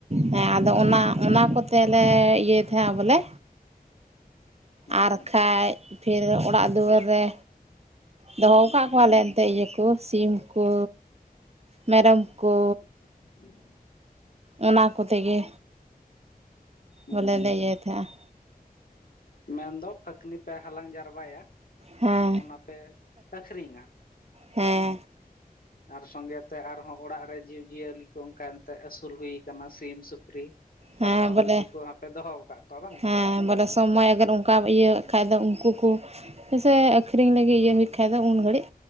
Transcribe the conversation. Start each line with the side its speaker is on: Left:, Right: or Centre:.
Right: ᱦᱮᱸ ᱟᱫᱚ ᱚᱱᱟ ᱚᱱᱟ ᱠᱚᱛᱮ ᱞᱮ ᱤᱭᱟᱹᱭ ᱛᱟᱦᱮᱸᱼᱟ ᱵᱚᱞᱮ᱾
Left: ᱦᱩᱸ
Right: ᱟᱨ ᱠᱷᱟᱡ ᱯᱷᱤᱨ ᱚᱲᱟᱜ ᱫᱩᱣᱟᱹᱨ ᱨᱮ᱾ ᱫᱚᱦᱚᱣ ᱠᱟᱜ ᱠᱚᱣᱟᱞᱮ ᱮᱱᱛᱮᱫ ᱤᱭᱟᱹ ᱠᱚ ᱥᱤᱢ ᱠᱚ ᱢᱮᱨᱚᱢ ᱠᱚ
Left: <unintelligible>
Right: ᱚᱱᱟ ᱠᱚᱛᱮ ᱜᱮ
Left: ᱦᱩᱸ
Right: ᱵᱚᱞᱮ
Left: ᱦᱩᱸ
Right: ᱵᱚᱞᱮ ᱞᱮ ᱤᱭᱟᱹᱭ ᱛᱟᱦᱮᱸᱜᱼᱟ
Left: ᱢᱮᱱ ᱫᱚ ᱯᱷᱟᱹᱠᱱᱤ ᱯᱮ ᱦᱟᱞᱟᱝ ᱡᱟᱨᱵᱟᱭᱟ
Right: ᱦᱮᱸ
Left: ᱟᱨ ᱚᱱᱟ ᱯᱮ ᱟᱹᱠᱷᱨᱤᱧᱟ
Right: ᱦᱮᱸ
Left: ᱦᱩᱸ ᱦᱩᱸ ᱟᱨ ᱥᱚᱸᱜᱮ ᱛᱮ ᱟᱨᱦᱚᱸ ᱚᱲᱟᱜ ᱨᱮ ᱡᱤᱵᱽᱼᱡᱤᱭᱟᱹᱞᱤ ᱠᱚ ᱚᱱᱠᱟ ᱚᱱᱛᱮ ᱟᱹᱥᱩᱞ ᱦᱩᱭ ᱠᱟᱱᱟ ᱥᱤᱢ ᱥᱩᱠᱨᱤ ᱯᱟᱨᱣᱟ
Right: ᱦᱮᱸ ᱵᱚᱞᱮ
Left: ᱩᱱᱠᱩ ᱠᱚ ᱦᱟᱯᱮ ᱫᱚᱦᱚ ᱠᱟᱜ ᱠᱚᱣᱟ ᱵᱟᱝ
Right: ᱦᱮᱸ ᱵᱚᱞᱮ ᱥᱚᱢᱚᱭ ᱟᱜᱟᱨ ᱚᱠᱟ ᱤᱭᱟᱹ ᱠᱷᱟᱡ ᱫᱚ ᱩᱱᱠᱩ ᱠᱚ ᱦᱮᱸᱥᱮ ᱟᱹᱠᱷᱨᱤᱧ ᱞᱟᱹᱜᱤᱫ ᱤᱭᱟᱹ ᱦᱩᱭᱩᱜ ᱠᱷᱟᱡ ᱫᱚ ᱩᱱ ᱜᱷᱟᱹᱲᱤᱡ